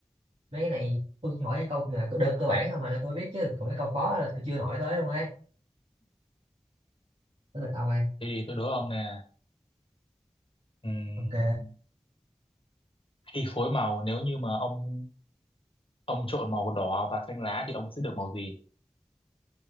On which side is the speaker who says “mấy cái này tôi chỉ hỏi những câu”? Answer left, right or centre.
Right